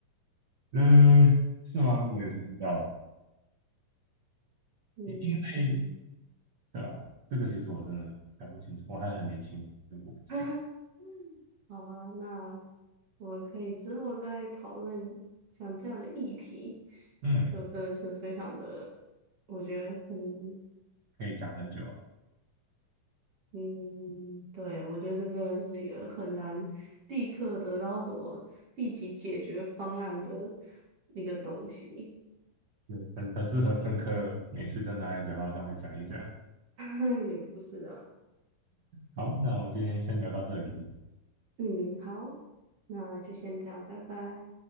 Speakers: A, on the right (about 85°); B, on the right (about 50°).
A: 嗯是吗？我也不知道，
B: 嗯。
A: 因为对吧？这个其实我真的还不清楚，我还很年轻，所以我不知道。
B: <laughs> 好啊，那我们可以之后再讨论像这样的议题，
A: 嗯，
B: 就真的是非常的，我觉得很，
A: 可以讲很久啊，
B: 嗯，对，我觉得这真的是一个很难立刻得到什么立即解决方案的一个东西，
A: 对，很很适合政客，没事就拿来嘴巴上面讲一讲。
B: <laughs> 也不是啊，
A: 好，那我们今天先聊到这里。
B: 嗯，好，那就先这样，拜拜。